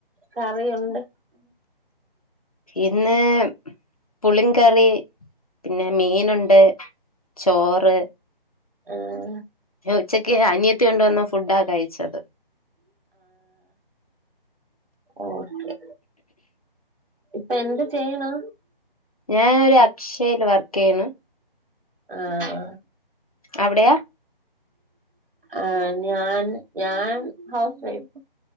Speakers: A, on the right (about 70°); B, on the left (about 40°).
A: കറിയുണ്ട്
B: ഇന്ന് പുളികറി പിന്നെ മീനുണ്ട് ചോറ്
A: ആഹ്
B: പിന്നെ ഉച്ചക്ക് അനിയത്തി കൊണ്ടുവന്ന ഫുഡാ കഴിച്ചത്
A: ഓക്കെ ഇപ്പൊ എന്ത് ചെയ്ണ്
B: ഞാനൊരു അക്ഷയിൽ വർക്ക് ചെയ്യണ്
A: ആഹ്
B: അവിടെയാ
A: ആഹ് ഞാൻ ഞാൻ housewife